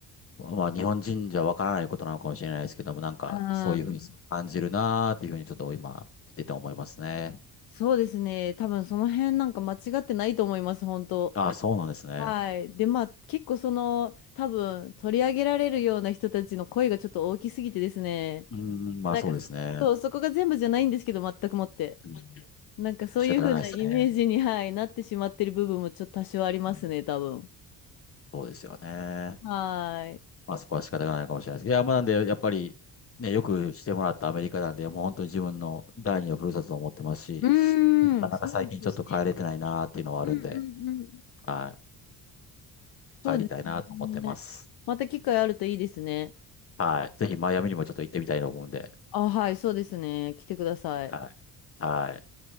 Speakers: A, on the left; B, on the left.
A: まあ日本人じゃわからないことなのかもしれないですけども、なんかそういうふうに感じるなっていうふうにちょっと今見てて思いますね。
B: あー、そうですね。多分その辺なんか間違ってないと思います、本当。
A: ああ、そうなんですね。
B: はい。で、まあ、結構その、多分、取り上げられるような人たちの声がちょっと大きすぎてですね。
A: うーん、まあそうですね。
B: でなんかそ、そう、そこが全部じゃないんですけど、全くもって。
A: うん、
B: なんかそういう風なイメージに、
A: 仕方がないですね。
B: はい、なってしまってる部分もちょっと多少ありますね、
A: うん、
B: 多分。
A: そうですよね。
B: はい。
A: まあそこは仕方がないかもしれないですけど、いや、まあなんで、やっぱり、ね、よくしてもらったアメリカなんで、もう本当に自分の第二のふるさとと思ってますし、
B: うーん、
A: なかなか最近ちょっと帰れてないなっていうのはあるんで、
B: そうですよね。うんうんうん。
A: はい、帰りたいなと思ってます。
B: そうですね。また機会あるといいですね。
A: はい。ぜひマイアミにもちょっと行ってみたいと思うんで、
B: あ、はい、そうですね。来てください。
A: はい。はい。